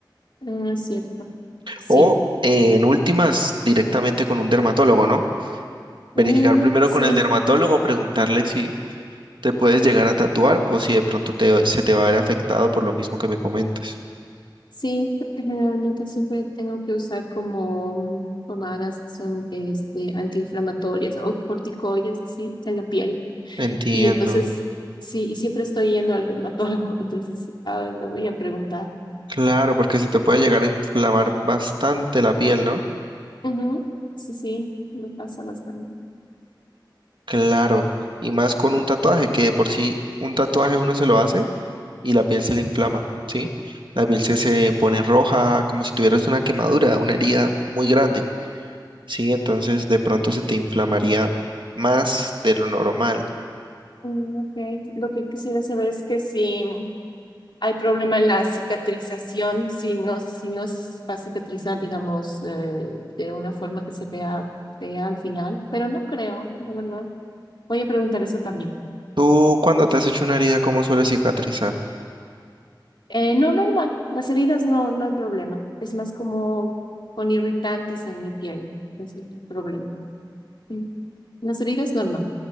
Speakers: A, on the left (about 70°); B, on the right (about 75°).
A: mm, es cierto. Sí,
B: O eh, en últimas, directamente con un dermatólogo, ¿no?
A: Mm,
B: Verificar primero
A: sí,
B: con el dermatólogo, preguntarle si te puedes llegar a tatuar o si de pronto te, se te va a ver afectado por lo mismo que me comentas.
A: sí, porque generalmente siempre tengo que usar como mm, pomadas que son este, antiinflamatorias o corticoides, así, en la piel.
B: Entiendo.
A: Y entonces, sí, y siempre estoy yendo al dermatólogo, <laughs> entonces ah, le voy a preguntar.
B: Claro, porque se te puede llegar a inflamar bastante la piel, ¿no?
A: Ujú, Sí, sí, me pasa bastante.
B: Claro. Y más con un tatuaje, que de por sí un tatuaje uno se lo hace y la piel se le inflama, ¿sí? La piel se, se pone roja, como si tuvieras una quemadura, una herida muy grande. ¿sí? Entonces de pronto se te inflamaría más de lo normal.
A: Mm, ok, lo que quisiera saber es que sí. Hay problema en la cicatrización, si no, si no s- va a cicatrizar, digamos, eh, de una forma que se vea fea al final, pero no creo, la verdad. Voy a preguntar eso también.
B: Tú cuando te has hecho una herida, ¿cómo suele cicatrizar?
A: Eh, no, normal, las heridas no, no hay problema. Es más como con irritantes en mi piel, es el problema. Mm. Las heridas normal.